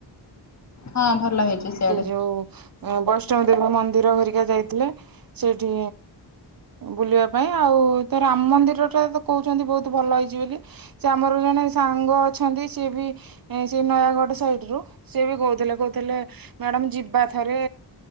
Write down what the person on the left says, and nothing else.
ହଁ ଭଲ ହେଇଛି। ସିଆଡେ